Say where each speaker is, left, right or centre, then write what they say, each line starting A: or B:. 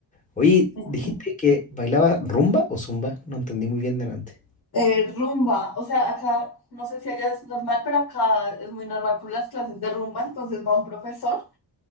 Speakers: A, on the left; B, on the left.
A: Oye,
B: Ujú.
A: dijiste que bailaba rumba o zumba, no entendí muy bien delante.
B: Eh, rumba, o sea, acá no sé si allá es normal, pero acá es muy normal con las clases de rumba, entonces va un profesor